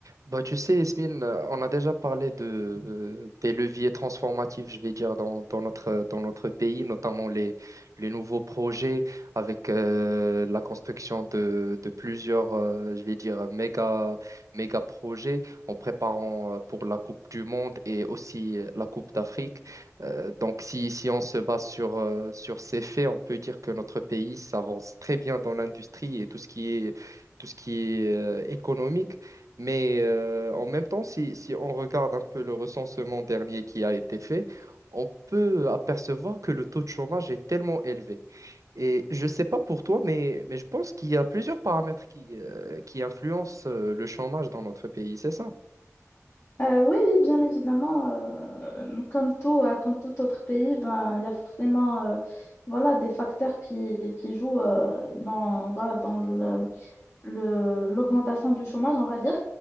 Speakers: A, on the right (about 85°); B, on the left (about 60°).
A: Bah, tu sais, Yasmine, euh, on a déjà parlé de, euh, des leviers transformatifs, je vais dire, dans, dans notre, euh, dans notre pays, notamment les, les nouveaux projets avec euh, la construction de, de plusieurs, euh, je vais dire, méga, méga projets en préparant euh, pour la Coupe du Monde et aussi euh, la Coupe d'Afrique. Euh, donc, si, si on se base sur, euh, sur ces faits, on peut dire que notre pays s'avance très bien dans l'industrie et tout ce qui est, tout ce qui est euh, économique. Mais euh, en même temps, si, si on regarde un peu le recensement dernier qui a été fait, on peut apercevoir que le taux de chômage est tellement élevé. Et je ne sais pas pour toi, mais, mais je pense qu'il y a plusieurs paramètres qui, euh, qui influencent euh, le chômage dans notre pays, c'est ça?
B: Euh, oui, oui, bien évidemment, euh, comme tout, euh, comme tout autre pays, ben, il y a forcément euh, voilà, des facteurs qui, qui jouent euh, dans, voilà, dans le, le, l'augmentation du chômage, on va dire.